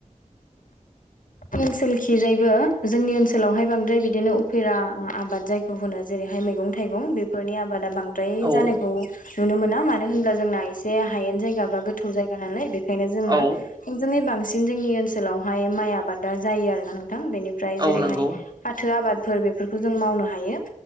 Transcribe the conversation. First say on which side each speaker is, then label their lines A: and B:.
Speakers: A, on the left; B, on the right.
A: ओनसोल खि जायबो जोंनि ओनसोलावहाय बांद्राय बिदिनो उफेरा आबाद जाय गुबुना जेरैहाय मैगं थाइगं बेफोरनि आबाद बांसि द्राय
B: औ
A: जानायखौ नुनो मोना मानो होनब्ला जोंना एसे हायेन जायगा बा गोथौ जायगा नालाय बे बेखायनो जोंङो
B: औ
A: थोंजोंङै बांसिन जोंनि ओनसोलावहाय माइ आबादा जायो। आरोना नोंथां बेनि ओमफ्राय
B: औ
A: जेरैहाय
B: नंगौ
A: फाथो आबादफोर बेफोरखौ जों मावनो हायो